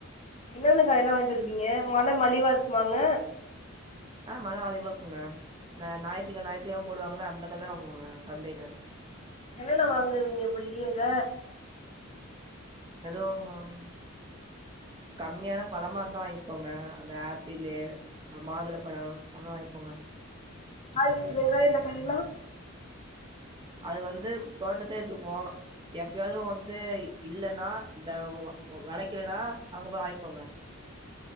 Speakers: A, on the left; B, on the right.
A: என்னென்ன காயெல்லா வாங்கிட்டு வந்துருக்கிங்க நல்ல மலிவா இருக்குமாங்க
B: அ நல்ல மலிவாக்குங்க அ ஞாயித்துக்க ஞாயித்துகிழம் போடுவாங்ளா அந்த கல்ல வாங்குவோங்க சந்தைல
A: என்னென்ன வாங்குவீங்க போயி அங்க
B: எதோ ம் கம்மியான பழமா இருந்தா வாங்கிப்போங்க அந்த அப்பிளு அ மாதுளம்பழம் அதல்லா வாங்கிப்போங்க
A: காயி வெங்காய தக்காளில்லா
B: அது வந்து தோட்டத்தே எடுத்துப்போ எப்பயாது வந்து இல்லைன்னா இந்த விளைக்கலனா அங்க போய் வாங்கிப்போங்க